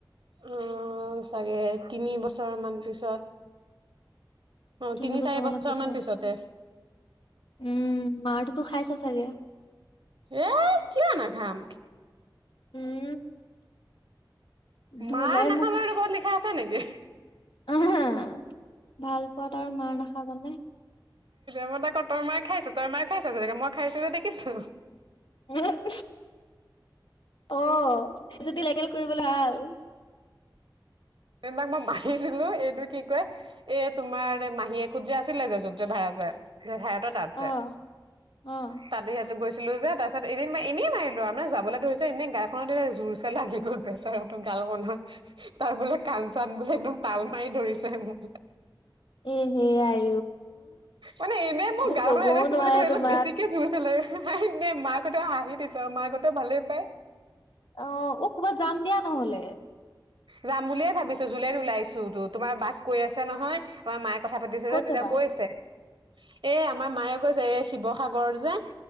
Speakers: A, on the right (about 80°); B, on the left (about 75°).
A: অ, চাগে তিনি বছৰ মান পিছত। অ
B: তিনি বছৰ
A: চাৰি
B: মানৰ পিছত,
A: মান পিছতে
B: উম', মাৰটোতো খাই চা চাগে।
A: এ কিয় নাখাম।
B: উম'। ধুলাই
A: মাৰ নাখাম আৰু এটো ক'ত লিখা আছে নেকি?
B: অ', ভাল পোৱাত আৰু মাৰ নাখাবানে?
A: মই তাক কওঁ তই মাৰ খাইছো তই মাৰ খাইছ তেনেকে মই খাইছো নে দেখিছো।
B: উম'। অ', যদি লেল কৰিবলৈ ভাল। <unintelligible>
A: তাক মই মাহী দিলো এইটো কি কয়, এই তোমাৰ মাহীয়েকোত যে আছিলে যে যদি ভাড়া যায়, সেই ভাড়াটো তাত যায়।
B: অ অ
A: তাতে এইটো ছিলো যে তাৰপিছত এদিন মই এনেই মাৰিলো আৰু মানে যাবলৈ ধৰিছে এনে গাখনত এ জোৰ চে লাগি গল। বেছেৰাটো গাল হুনমত তাৰ বোলে কাণ চান বোলে একদম তাল মাৰি ধৰিছে মো
B: এহে আই।
A: মানে এনে মোৰ গাল
B: কবও
A: খন এনে
B: নোৱাৰে
A: চুবলে ক অলপ
B: তোমাক
A: বেছিকে জোৰ চে ন মাকঁতে হাঁহি দিছে আও মাকহঁতে ভালেই পায়।
B: অ-অ ক'বাত যাম দিয়া নহলে।
A: যাম বুলিয়ে ভাবিছো, জুলাইত ওলাইছো টো। তোমাৰ বাক কৈ আছে নহয় আমাৰ মাই। কথা পাতিছে
B: ক'ত
A: যে তেতিয়া
B: যাবা
A: কৈছে, এ আমাৰ মায়ে কৈছে এই শিৱসাগৰত যে